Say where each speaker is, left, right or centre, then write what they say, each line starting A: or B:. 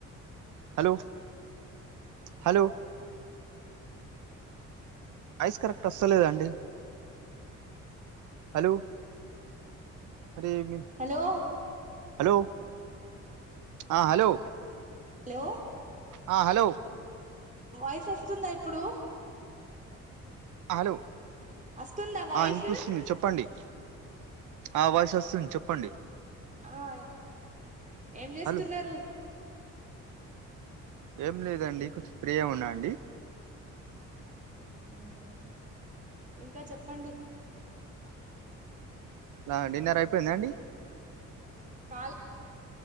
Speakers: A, on the right; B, on the right.
A: హలో హలో ఐస్ కరెక్ట్ వస్తలేదండి హలో అరే మీ
B: హలో
A: హలో ఆ హలో
B: అలో
A: ఆ హలో
B: వాయిస్ వస్తుందా ఇప్పుడు
A: హలో
B: వస్తుందా వాయిస్
A: ఆ ఇంకుస్తుంది చెప్పండి. ఆ వాయిసు వస్తుంది చెప్పండి.
B: ఆయ్ ఏం చేస్తున్నారు?
A: హలో ఏం లేదండి కొంచ్ ఫ్రీయా ఉన్నా అండి
B: ఊహు ఇంకా చెప్పండి?
A: లా డిన్నర్ అయిపోయిందా అండి.
B: కాల్